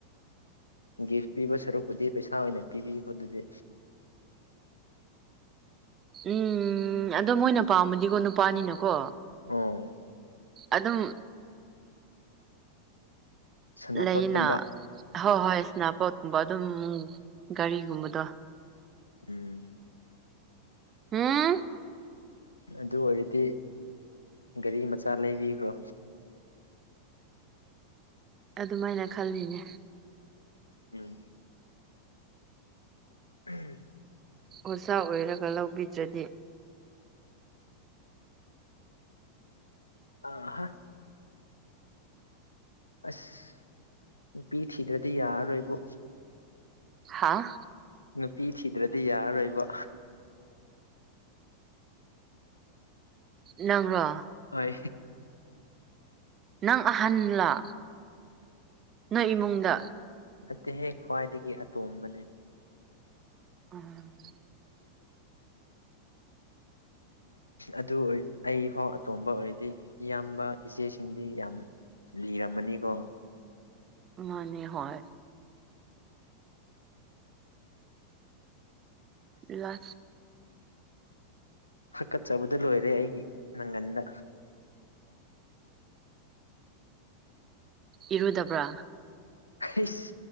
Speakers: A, on the left (about 85°); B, on the right (about 25°).
A: ꯒꯤꯐ ꯄꯤꯕ ꯁꯔꯨꯛꯄꯨꯗꯤ ꯄꯩꯁꯥ ꯑꯣꯏꯅ ꯄꯤꯕꯤꯈꯣ ꯑꯗꯨꯗꯤ
B: ꯎꯝ ꯑꯗꯣ ꯃꯣꯏꯅ ꯄꯥꯝꯃꯗꯤꯀꯣ ꯅꯨꯄꯥꯅꯤꯅꯀꯣ
A: ꯑꯝ
B: ꯑꯗꯨꯝ
A: ꯁꯅꯥꯄꯣꯠꯀꯨꯝꯕ
B: ꯂꯩꯅ ꯍꯣꯏ ꯍꯣꯏ ꯁꯅꯥꯄꯣꯠꯀꯨꯝꯕ ꯑꯗꯨꯝ ꯒꯥꯔꯤꯒꯨꯝꯕꯗꯣ
A: ꯎꯝ
B: ꯍꯨꯝ
A: ꯑꯗꯨ ꯑꯣꯏꯔꯗꯤ ꯒꯥꯔꯤ ꯃꯆꯥ ꯂꯩꯕꯤꯈ꯭ꯔꯣ
B: ꯑꯗꯨꯃꯥꯏꯅ ꯈꯜꯂꯤꯅꯦ
A: ꯎꯝ ꯎꯝ
B: ꯑꯣꯖꯥ ꯑꯣꯏꯔꯒ ꯂꯧꯕꯤꯗ꯭ꯔꯗꯤ
A: ꯑꯥꯍ ꯑꯁ ꯅꯨꯄꯤ ꯊꯤꯗ꯭ꯔꯗꯤ ꯌꯥꯔꯔꯣꯏꯕꯨ
B: ꯍꯥꯥ
A: ꯅꯨ ꯄꯤ ꯊꯤꯗ꯭ꯔꯗꯤ ꯌꯥꯔꯔꯣꯏꯕ
B: ꯅꯪꯔꯣ
A: ꯍꯣꯏ
B: ꯅꯪ ꯑꯍꯟꯂ ꯅꯣꯏ ꯏꯃꯨꯡꯗ
A: ꯅꯠꯇꯦꯍꯦ ꯈ꯭ꯋꯥꯏꯗꯒꯤ ꯑꯇꯣꯝꯕꯅꯤ
B: ꯎꯝ
A: ꯑꯗꯨ ꯑꯣꯏ ꯑꯩꯐꯥꯎ ꯑꯇꯣꯝꯕ ꯑꯣꯏꯔꯗꯤ ꯏꯌꯥꯝꯕ ꯏꯆꯦꯁꯤꯡꯗꯤ ꯌꯥꯝ ꯂꯤꯔꯝꯃꯅꯤꯀꯣ
B: ꯃꯥꯅꯤ ꯍꯣꯏ ꯏ
A: ꯍꯀꯠꯆꯕꯗ ꯂꯣꯏꯔꯦ ꯑꯩꯒꯤ ꯅꯒꯟꯗ
B: ꯏꯔꯨꯗꯕ꯭ꯔꯥ
A: ꯑꯩꯁ